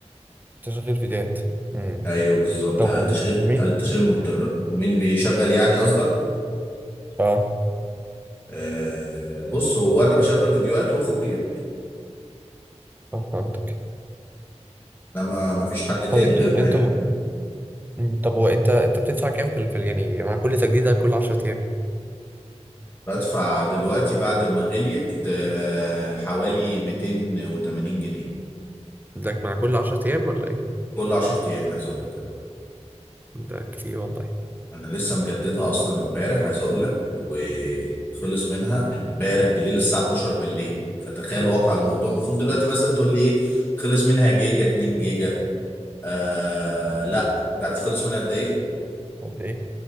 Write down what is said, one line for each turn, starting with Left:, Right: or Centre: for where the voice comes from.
Right: تشغيل فيديوهات امم
Left: ايوه بالظبط
Right: طب
Left: آه،
Right: و-
Left: تشغيل
Right: ومين
Left: آه، تشغيل مهدر ومين بيشغل يعني قصدك
Right: اه
Left: آه، بص هو انا بشغل فيديوهات واخويا
Right: اه فهمتك
Left: لما ما فيش حد تاني
Right: طب انتوا
Left: غيرنا
Right: انتوا
Left: يعني
Right: مم. طب وانت انت بتدفع كام في الفل يعني مع كل تجديدة كل 10 ايام
Left: بدفع دلوقتي بعد ما غليت آه، حوالي 280 جنيه
Right: ده مع كل 10 ايام ولا ايه؟
Left: كل 10 ايام عايز اقول لك كده
Right: ده كتير والله
Left: انا لسه مجددها اصلا امبارح عايز اقول لك وخلص منها امبارح بالليل الساعه 12 بالليل فتخيل
Right: مم.
Left: واقع الموضوع المفروض دلوقتي مثلا تقول لي ايه خلص منها جيجا 2 جيجا آه لا انت عارف خلص منها قد ايه
Right: قد ايه